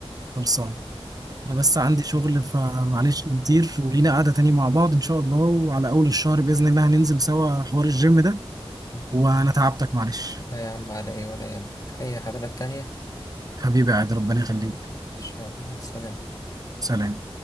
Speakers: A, on the right; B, on the left.
A: خلصان انا بس عندي شغل فمعلش كتير ولينا قعده تاني مع بعض ان شاء الله وعلى اول الشهر باذن الله هننزل سوا حوار الجيم ده
B: عم
A: وانا تعبتك معلش
B: لا يا عم على ايه ولا يهمك اي خدمات تانية
A: حبيبي عاد ربنا يخليك
B: ماشي، يلا مع السلامة
A: سلام